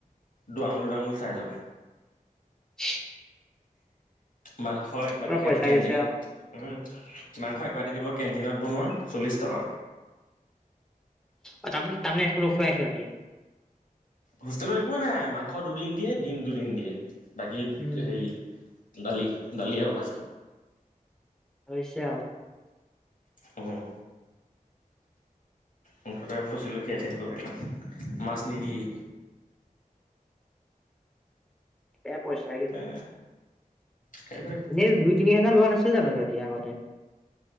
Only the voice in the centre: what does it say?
<unintelligible>
পুৰা
পইচা
গৈছে আৰু।
অ, তামা তামানে একো নোখোৱাই সিহঁতি।
উম
হৈছে আৱ।
বেয়া পইচাকে যোৱা।
এনেই দুই তিনি হাজাৰ লোৱা নাছিল জানো সিহঁতি আগতে?